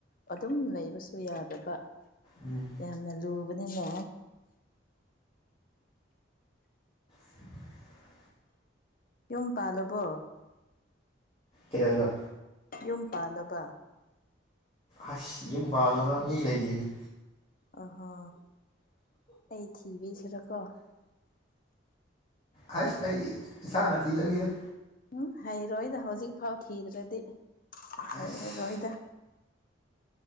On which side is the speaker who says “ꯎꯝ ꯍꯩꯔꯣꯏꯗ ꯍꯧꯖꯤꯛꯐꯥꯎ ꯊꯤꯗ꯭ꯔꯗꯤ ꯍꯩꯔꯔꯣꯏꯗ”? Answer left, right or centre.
Left